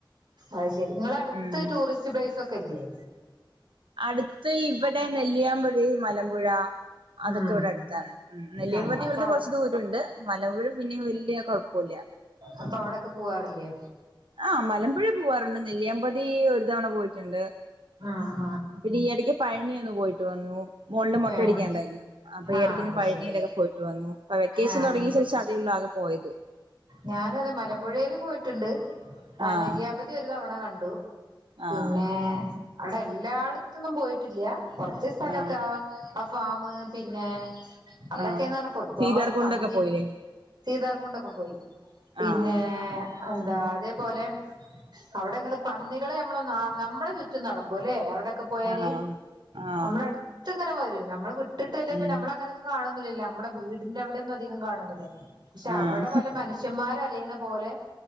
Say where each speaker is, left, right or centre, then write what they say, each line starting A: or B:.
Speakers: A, on the right; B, on the right.
A: അത്ശെരി നിങ്ങള അടുത്ത്
B: ഉം
A: ടൂറിസ്റ്റ് പ്ലെയ്സ് ഒക്കെ ഇല്ല്യേ
B: അടുത്ത് ഇവിടെ നെല്ലിയാമ്പതി മലമ്പുഴാ അതൊക്കെ
A: ഉം
B: ഇവിടെ അടുത്താണ് ഉം നെല്ലിയാമ്പതി
A: ആ അപ്പൊ
B: ഇവിടുന്ന് കൊറച്ച് ദൂരം ഉണ്ട് മലമ്പുഴ പിന്നെയും വല്ല്യ കൊഴപ്പൂല്ല്യ.
A: അപ്പം അവിടൊക്കെ പോവാറില്ലേ
B: ആഹ് മലമ്പുഴേ പൂവാറുണ്ട് നെല്ലിയാമ്പതീ ഒരു തവണ പോയിട്ട്ണ്ട്.
A: ആഹ്
B: പിന്നെ ഈയെടക്ക് പഴനി ഒന്ന് പോയിട്ട് വന്നൂ മോൾടെ മൊട്ടയടിക്കാൻ
A: ആഹ്
B: ഉണ്ടായിരുന്നു അപ്പം
A: ആഹ് ഏഹ്
B: ഈ
A: ആഹ്
B: എടക്ക്ന്ന്
A: അത്
B: പഴനിയിലൊക്കെ
A: ശരി
B: പോയിട്ട് വന്നു ഇപ്പം വെക്കേഷൻ
A: ആഹ്
B: തൊടങ്ങിയ ശേഷം അതേ ഉള്ളൂ ആകെ പോയത്
A: ഞാനും അതെ മലമ്പുഴേല് പോയിട്ടുണ്ട് ആ
B: ആഹ്
A: നെല്ലിയാമ്പതി ഒരു തവണ കണ്ടൂ
B: ആഹ്
A: പിന്നേ അടെ എല്ലാ ഇടത്തൊന്നും പോയിട്ടില്ല്യ കൊർച്ച് സ്ഥലൊക്കെ
B: ആഹ്
A: അ ഫാമ് പിന്നേ അവിടൊക്കേന്ന്
B: ആഹ്
A: പറഞ്ഞ ഒരുപാട്
B: സീതാർകുണ്ടൊക്കെ
A: പന്നി
B: പോയില്ലേ
A: സീതാർ കുണ്ടക്കം പോയി പിന്നേ
B: ആഹ്
A: എന്താ
B: ഉം
A: അതേപോലെ അവിടെങ്ങട് പന്നികള് നമ്മളെ ന നമ്മളെ ചുറ്റും നടക്കൂല്ലേ അവിടെക്കെ പോയാല്
B: ആഹ് ആഹ്
A: നമ്മളടുത്ത്ങ്ങനെ വരും നമ്മള് വിട്ടിട്ടില്ലേപ്പിന്നെ
B: ഉം
A: നമ്മളങ്ങനങ്ങ് കാണൊന്നുല്ലല്ലോ നമ്മള വീടിന്റെ അവിടെ ഒന്നും അധികം കാണൊന്നുല്ല. പക്ഷെ
B: ആഹ്
A: അവടെ വ മനുഷ്യമ്മാര് അലയണ പോലെ